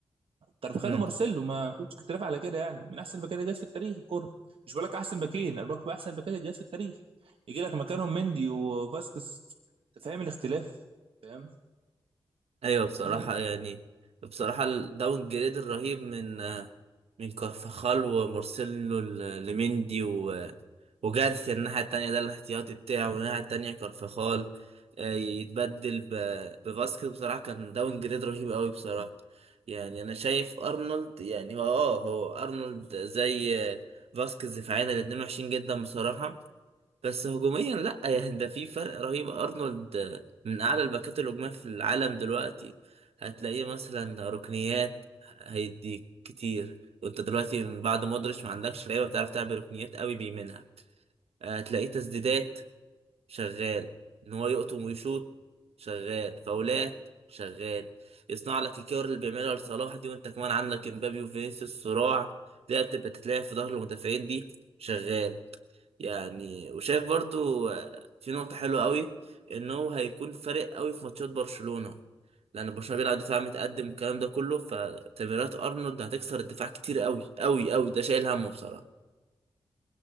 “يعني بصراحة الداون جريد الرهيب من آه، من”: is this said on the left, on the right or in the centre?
Right